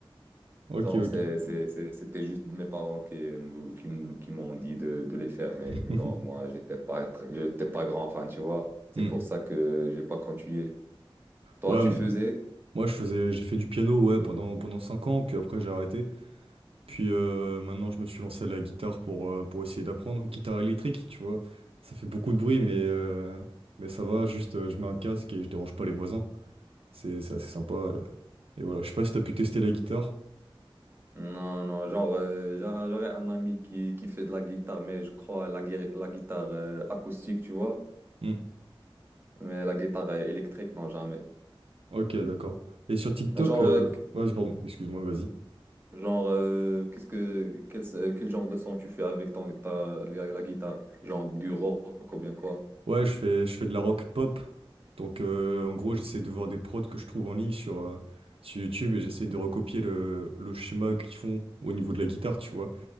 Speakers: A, on the right; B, on the right.
A: ok.
B: Genre,
A: ok.
B: c'est, c'est, c'est- c'était juste mes parents qui, me- qui, me- qui m'ont dit de, de les faire.
A: <laughs>
B: Mais genre, moi, j'étais pas, très- j'étais pas grand fan, tu vois. C'est
A: Hmm.
B: pour ça que j'ai pas continué. Toi,
A: Ouais,
B: tu
A: m-
B: faisais?
A: moi je faisais, j'ai fait du piano, ouais, pendant, pendant 5 ans, puis après j'ai arrêté. Puis euh, maintenant je me suis lancé à la guitare pour, euh, pour essayer d'apprendre. Guitare électrique, tu vois, ça fait beaucoup de bruit, mais, euh, mais ça va, juste euh, je mets un casque et je dérange pas les voisins. C'est, c'est assez sympa. Et, et voilà, je sais pas si t'as pu tester la guitare.
B: Non, non, genre, euh, j'a- j'aurais un ami qui, qui fait de la guitare, mais je crois la, gui- la guitare euh, acoustique, tu vois,
A: Hmm.
B: mais la guitare euh, électrique, non, jamais.
A: Ok, d'accord. Et sur TikTok,
B: Genre,
A: euh,
B: euh, qu-
A: ouais, pardon, excuse-moi, vas-y.
B: genre euh, qu'est-ce que, quel, euh, quel genre de son tu fais avec ton, ta, la, la guitare? Genre du rock ou bien quoi?
A: Ouais, je fais, je fais de la rock pop. Donc, euh, en gros, j'essaie de voir des prods que je trouve en ligne sur, euh, sur YouTube et j'essaie de recopier le, le schéma qu'ils font au niveau de la guitare, tu vois.